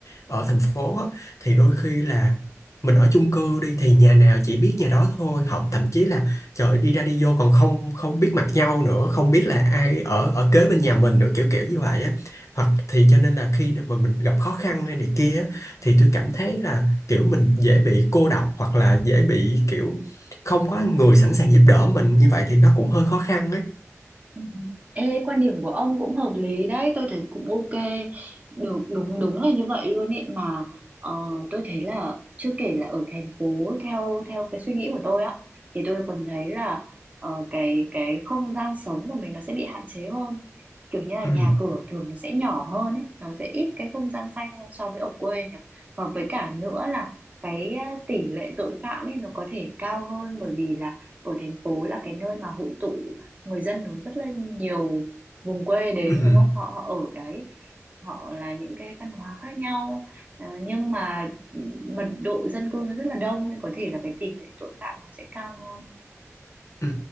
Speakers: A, on the left; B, on the right.
A: ở thành phố á thì đôi khi là mình ở chung cư đi thì nhà nào chỉ biết nhà đó thôi thậm thậm chí là trời đi ra đi vô còn không không biết mặt nhau nữa không biết là ai ở ở kế bên nhà mình nữa kiểu kiểu như vậy á hoặc thì cho nên là khi mà mình gặp khó khăn hay này kia á, thì tôi cảm thấy là kiểu mình dễ bị cô độc hoặc là dễ bị kiểu không có người sẵn sàng giúp đỡ mình như vậy thì nó cũng hơi khó khăn ấy
B: Ừ. Ê, quan điểm của ông cũng hợp lý đấy, tôi thấy cũng ok. Được, đúng đúng là như vậy luôn ý mà ờ, tôi thấy là chưa kể là ở thành phố theo theo cái suy nghĩ của tôi á thì tôi còn thấy là ờ, cái cái không gian sống của mình nó sẽ bị hạn chế hơn. Kiểu như là
A: ừ.
B: nhà cửa thường nó sẽ nhỏ hơn ấy, nó sẽ ít cái không gian xanh hơn so với ở quê nhỉ. Và với cả nữa là cái ờ, tỷ lệ tội phạm ấy nó có thể cao hơn bởi vì là ở thành phố là cái nơi mà hội tụ người dân nó rất là nhiều vùng quê đến
A: Ừ.
B: đúng không họ, họ ở đấy họ là những cái văn hóa khác nhau Ờ, nhưng mà mật độ dân cư nó rất là đông nên có thể là cái tỷ lệ tội phạm nó sẽ cao hơn
A: Ừ.